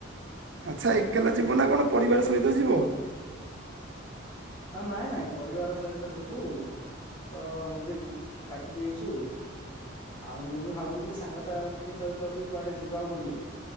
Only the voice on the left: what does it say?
ନାଇଁ ନାଇଁ ପରିବାର ସହିତ ଯିବୁ ତ ଏମିତି କାଟି ଦେଇଛୁ ଆଉ ମୁଁ ବି ଭାବୁଥିଲି ସାଙ୍ଗସାଥି ସହିତ ବି କୁଆଡେ ଯିବା ବୋଲି